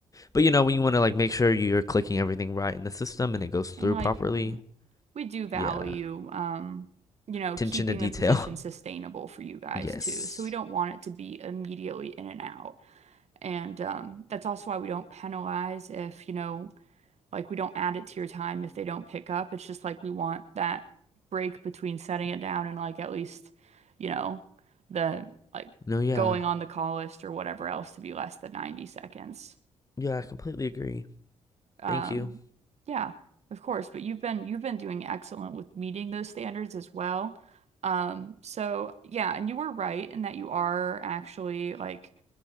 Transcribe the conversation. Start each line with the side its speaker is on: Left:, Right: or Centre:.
Left: but you know when you want to like make sure you're clicking everything right in the system and it goes through
Right: And like
Left: properly.
Right: w- we do value,
Left: Yeah,
Right: um, you know,
Left: attention
Right: keeping
Left: to detail.
Right: the position sustainable for you guys
Left: <laughs> Yes.
Right: too. So we don't want it to be immediately in and out. And um, that's also why we don't penalize if, you know, Like we don't add it to your time if they don't pick up. It's just like we want that break between setting it down and like at least, you know, the like
Left: No. Yeah.
Right: going on the call list or whatever else to be less than 90 seconds.
Left: Yeah, I completely agree.
Right: Um,
Left: Thank you.
Right: yeah, of course, but you've been you've been doing excellent with meeting those standards as well. Um, so yeah, and you were right in that you are actually like